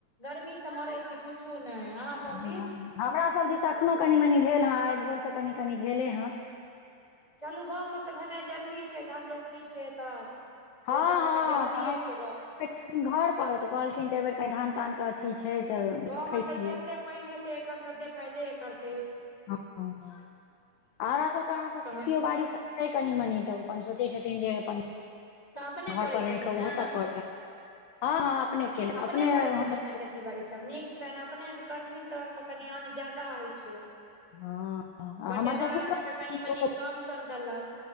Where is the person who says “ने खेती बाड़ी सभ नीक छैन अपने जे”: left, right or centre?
Left